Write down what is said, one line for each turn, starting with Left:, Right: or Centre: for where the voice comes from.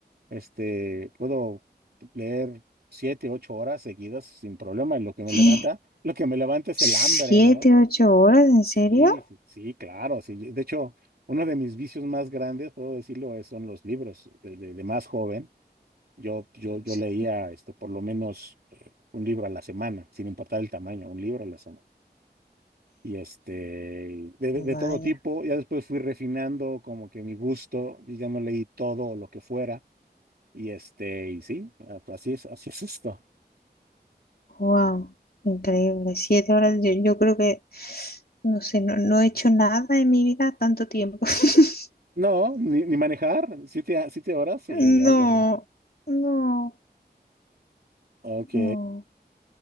Right: este, puedo leer siete, ocho horas seguidas sin problema. Y lo que me
Left: <gasps>
Right: levanta, lo que me levanta es
Left: ¿Siete,
Right: el hambre, ¿no?
Left: ocho horas? ¿En serio?
Right: Sí, sí, sí, claro, sí. De hecho, uno de mis vicios más grandes, puedo decirlo, es- son los libros. De, de- de más joven, yo, yo, yo
Left: Sí.
Right: leía esto por lo menos eh, un libro a la semana, sin importar el tamaño, un libro a la semana. Y este, de, de-
Left: Vaya.
Right: de todo tipo, ya después fui refinando como que mi gusto, y ya no leí todo lo que fuera. Y este, y sí, así es, así es esto.
Left: Wow, increíble. Siete horas, yo, yo creo que, no sé, no, no he hecho nada en mi vida tanto tiempo. <laughs>
Right: No, ni, ni manejar, siete, a- siete horas, sí,
Left: No,
Right: algo así.
Left: no,
Right: Ok.
Left: no.